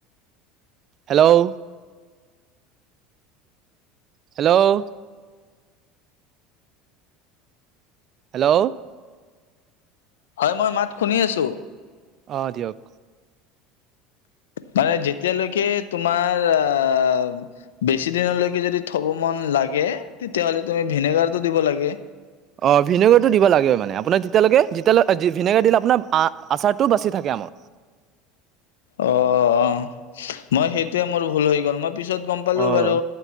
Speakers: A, on the right; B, on the left.
A: hello. হেল্লোও। হেল্লো
B: হয় মই মাত শুনি আছো।
A: অ দিয়ক।
B: মানে যেতিয়ালৈকে তোমাৰ আম বেছি দিনৰ লৈকে যদি থব মন জাগে তেতিয়া হলে তুমি ভিনেগাৰটো দিব লাগে।
A: অ ভিনেগাৰটো দিব লাগে মানে আপোনাৰ যেতিয়ালৈকে যেতিয়ালৈ ভিনেগাৰ দিলে আপোনাৰ আচাৰটো বাছি থাকে আমাৰ।
B: অ অহ মই সেইটোৱে মোৰ ভুল হৈ গ'ল মই পিছত গম পালো
A: অঁ
B: বাৰু